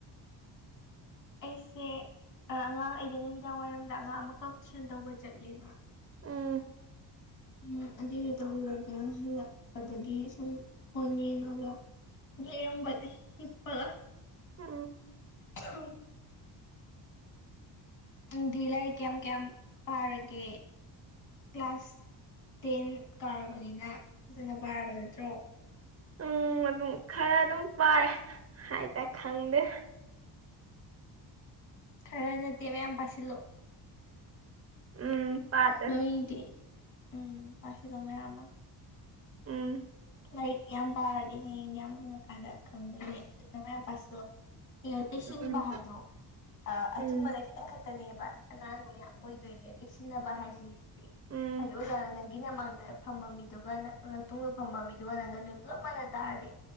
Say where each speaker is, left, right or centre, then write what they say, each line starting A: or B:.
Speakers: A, on the right (about 35°); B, on the left (about 45°).
A: <inaudible>
B: ꯑꯩꯁꯦ ꯑꯉꯥꯡ ꯑꯩꯩꯅ ꯅꯨꯃꯤꯗꯥꯡ ꯋꯥꯏꯔꯝꯗ ꯑꯉꯥꯡ ꯑꯃꯈꯛ ꯇꯨꯏꯁꯟ ꯇꯧꯕ ꯆꯠꯂꯦꯕ
A: ꯎꯝ
B: ꯎꯝ ꯑꯗꯨꯁꯨ ꯇꯧꯔꯒ ꯍꯜꯂꯛꯄꯗꯒꯤ ꯁꯨꯝ ꯍꯣꯟꯅꯤ ꯑꯗꯨꯒꯒ ꯂꯩꯔꯝꯕꯅꯤ ꯏꯄꯥ
A: ꯑ
B: ꯎ ꯅꯪꯗꯤ ꯂꯩꯥꯏꯔ ꯀꯌꯥꯝ ꯀꯌꯥꯝ ꯐꯥꯔꯒꯦ ꯀ꯭ꯂꯥꯁ ꯇꯦꯟ ꯀꯥꯔꯕꯅꯤꯅ ꯐꯖꯅ ꯄꯥꯔꯕ ꯅꯠꯇ꯭ꯔꯣ
A: ꯎꯝ ꯑꯗꯨꯝ ꯈꯔ ꯑꯗꯨꯝ ꯄꯥꯏꯔꯦ ꯍꯥꯏꯇꯥꯔꯦ ꯈꯪꯗꯦ
B: ꯈꯔ ꯅꯠꯇꯦ ꯃꯌꯥꯝ ꯄꯥꯁꯤꯂꯣ
A: ꯎꯝ ꯄꯥꯗ
B: ꯅꯣꯏꯗꯤ ꯎꯝ ꯄꯁꯦꯗꯉꯥꯏ ꯑꯃ
A: ꯎꯝ
B: ꯂꯥꯏꯔꯤꯛ ꯌꯥꯝ ꯄꯥꯔꯗꯤ ꯍꯌꯦꯡ ꯌꯥꯝ ꯍꯪꯉꯀꯥꯟꯗ ꯈꯪꯗꯣꯏꯅꯦ ꯑꯗꯨꯅ ꯃꯌꯥꯝ ꯄꯥꯁꯨ ꯂꯩꯁꯤꯟꯕ
A: ꯎꯝ
B: ꯍꯥꯏꯗꯣ ꯑꯆꯨꯝꯕꯅ
A: ꯎꯝ
B: ꯈꯤꯇꯪ ꯈꯛꯇꯅꯦꯕ ꯑꯅꯥꯟꯕ ꯌꯥꯝ ꯑꯣꯏꯗꯣꯏꯅꯦ ꯏ ꯁꯤꯅꯕꯥꯏꯁꯤ
A: ꯎꯝ
B: ꯍꯥꯏꯗꯣꯖꯅ ꯅ ꯒꯤ ꯅꯃꯥꯡꯗ ꯐꯝꯕ ꯃꯤꯗꯨꯒ ꯃꯇꯨꯡꯨꯡꯗ ꯐꯝꯕ ꯃꯤꯗꯨꯒ ꯅꯪꯒ ꯅꯣꯏ ꯄꯨꯂꯞ ꯃꯥꯟꯅ ꯇꯥꯔꯗꯤ